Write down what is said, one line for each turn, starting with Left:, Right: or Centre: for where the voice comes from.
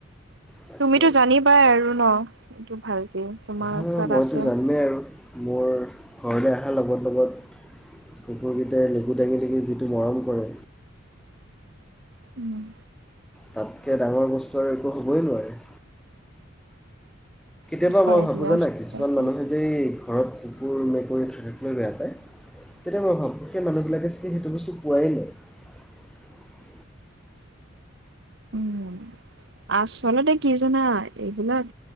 Centre: তাকে
Right: তুমিতো জানিবাই আৰু ন। এইটো ভালকে। তোমাৰ
Centre: হা
Right: তাত
Centre: মইতো
Right: আছে।
Centre: জানোৱেই আৰু মোৰ ঘৰলৈ অহাৰ লগত লগত কুকুৰকেইটাই নেগু দাঙি দঙি যিটো মৰম কৰে।
Right: উম।
Centre: তাতকে ডাঙৰ বস্তু আৰু একো হ'বই নোৱাৰে। কেতিয়াবা
Right: হয়
Centre: মই ভাবো
Right: দিয়া
Centre: জানা কিছুমান
Right: তাকে
Centre: মানুহে যে ঘৰত কুকুৰ মেকুৰী থাকিলেও বেয়া পায় তেতিয়া মই অ ভাবোঁ সেই মানুহবিলাকে চাগে সেইটো বস্তু পোৱাই নাই।
Right: উম আচলতে কি জানা এইবিলাক